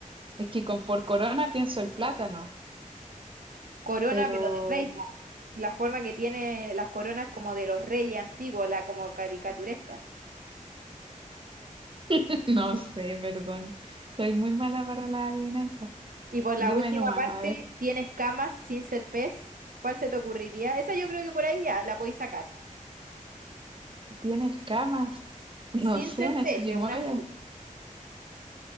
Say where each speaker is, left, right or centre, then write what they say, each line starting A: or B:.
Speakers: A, on the right (about 40°); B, on the right (about 90°).
A: Es que con, por corona pienso el plátano,
B: Corona,
A: pero
B: pero de rey, po. La forma que tiene las coronas como de los reyes antiguos, la como caricaturesca.
A: <laughs> no sé, perdón. Soy muy mala para la adivinanza.
B: Y por
A: Dime
B: la última
A: nomás,
B: parte,
A: a ver.
B: tiene escamas sin ser pez. ¿Cuál se te ocurriría? Esa yo creo que por ahí ya la podéis sacar.
A: ¿Tiene escamas? <laughs> No
B: Sin
A: sé,
B: ser
A: una
B: pez,
A: chirimoya.
B: es una fruta.